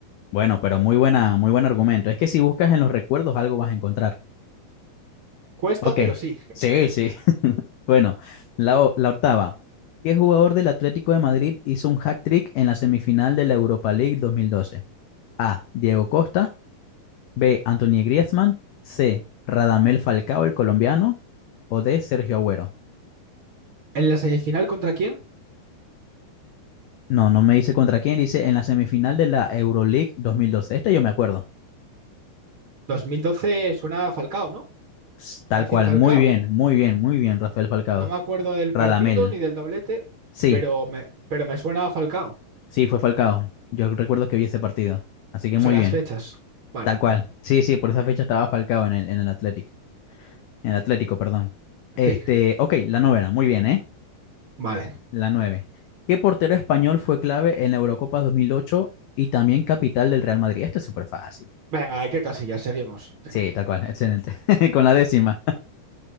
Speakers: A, on the left; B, on the right.
A: Bueno, pero muy buena, muy buen argumento. Es que si buscas en los recuerdos algo vas a encontrar.
B: Cuesta,
A: Ok,
B: pero sí.
A: sí, sí. <laughs> Bueno, la, o- la octava. ¿Qué jugador del Atlético de Madrid hizo un hat-trick en la semifinal de la Europa League 2012? A. Diego Costa. B. Anthony Griezmann. C. Radamel Falcao, el colombiano. O D. Sergio Agüero.
B: ¿En la semifinal contra quién?
A: No, no me dice contra quién, dice en la semifinal de la Euroleague 2012. Este yo me acuerdo.
B: 2012 suena a Falcao, ¿no?
A: Ps, Tal
B: Voy a decir
A: cual,
B: Falcao.
A: muy bien, muy bien, muy bien, Rafael Falcao.
B: No me acuerdo del
A: Radamel.
B: partido ni del doblete,
A: Sí,
B: pero me, pero me suena a Falcao.
A: sí, fue Falcao. Yo recuerdo que vi ese partido. Así que
B: O
A: muy
B: sea, las
A: bien.
B: fechas. Vale,
A: Tal cual. Sí, sí, por esa fecha estaba Falcao en el, en el Athletic. En el Atlético, perdón. Este,
B: sí,
A: ok, la novena, muy bien, ¿eh?
B: vale.
A: La nueve. ¿Qué portero español fue clave en la Eurocopa 2008 y también capital del Real Madrid? Este es súper fácil.
B: Venga, hay que casillas, seguimos.
A: Sí, tal cual, excelente. <laughs> Con la décima.